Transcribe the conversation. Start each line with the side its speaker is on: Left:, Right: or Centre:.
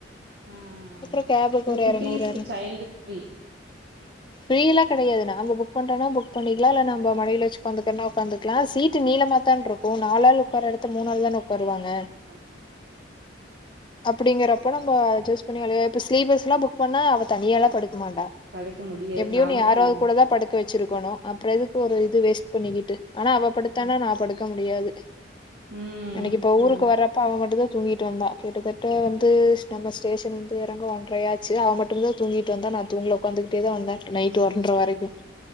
Right: ஆ ஆ
Left: அப்றோ கேபுக்கு
Right: ஆ
Left: ஒரு
Right: குட்டீஸ்க்கு
Left: எரநூறு
Right: சைல்டு ஃப்ரீ
Left: ஃப்ரீயெல்லாம் கிடையாது நாம புக் பண்றனா புக் பண்ணிக்கலாம் இல்ல நம்ம மடியில வச்சு உக்காந்துக்கலான்னா உக்காந்துக்கலாம் சீட்டு நீளமா தான் இருக்கும் நால் ஆலு உக்கார
Right: ஆமா
Left: எடத்துல மூணாள் தானே உக்காருவாங்க
Right: ஆமா ஆமா ஆமா
Left: அப்படிங்கறப்ப நம்ம <unintelligible> இப்ப ஸ்லிப் பஸ்ல்லா புக் பண்ணா அவ தனியாலா படுக் அமாண்டா
Right: படுக்க முடியாது
Left: எப்படியு
Right: நாமு
Left: நீ யாராது
Right: விட
Left: கூடதா
Right: மாட்டோ
Left: படுக்க வச்சிருக்கணு அப்புறம் எதுக்கு ஒரு இது வேஸ்ட் பண்ணிக்கிட்டு ஆனா அவ படுத்தானா
Right: ம்
Left: நா படு இருக்க முடியாது
Right: ம்
Left: அன்னைக்கு இப்ப ஊருக்கு
Right: ஆமா
Left: வர்றப்ப அவன் மட்டும்தான் தூங்கிட்டு வந்தா கிட்டுத்தட்ட வந்து நம்மஸ் ஸ்டேஷன் வந்து எறங்க ஒன்றயாச்சு அவ மட்டும்தா தூங்கிட்டு வந்தா நா தூங்கல உக்காந்துக்கிட்டே தா வந்தே நைட் <unintelligible> வரைக்கும்